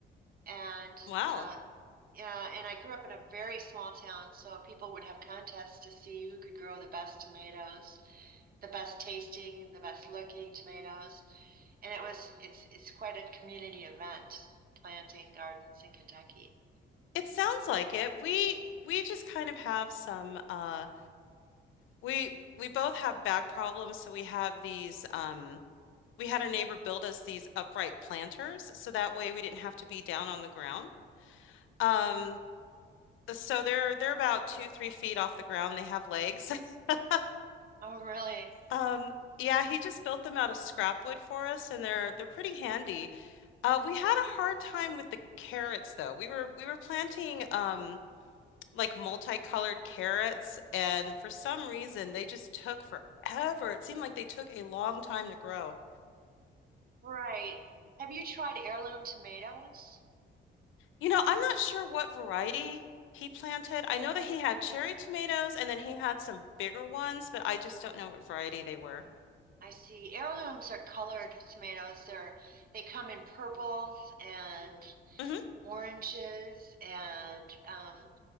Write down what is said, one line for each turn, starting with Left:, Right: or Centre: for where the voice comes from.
Right: And
Left: Wow.
Right: uh, yeah, and I grew up in a very small town, so people would have contests to see who could grow the best tomatoes, the best tasting, the best looking tomatoes. And it was it's it's quite a community event, planting gardens in Kentucky.
Left: It sounds like it. We we just kind of have some uh we we both have back problems, so we have these um we had our neighbor build us these upright planters so that way we didn't have to be down on the ground. Um So they're they're about two, three feet off the ground. They have legs. <laughs>
Right: Oh, really?
Left: Um, yeah, he just built them out of scrap wood for us, and they're they're pretty handy. Uh, we had a hard time with the carrots though. We were we were planting um like multicolored carrots, and for some reason they just took forever. It seemed like they took a long time to grow.
Right: Right. Have you tried heirloom tomatoes?
Left: You know, I'm not sure what variety he planted. I know that he had cherry tomatoes, and then he had some bigger ones, but I just don't know what variety they were.
Right: I see. Heirlooms are colored tomatoes. They're they come in purples and
Left: hmm
Right: oranges, and um,